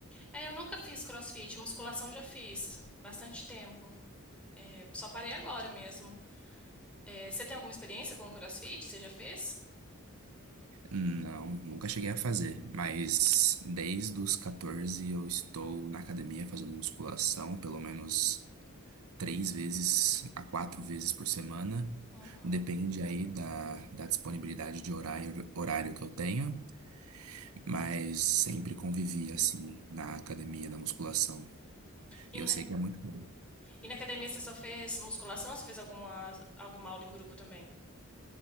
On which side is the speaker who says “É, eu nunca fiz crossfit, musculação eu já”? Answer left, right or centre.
Centre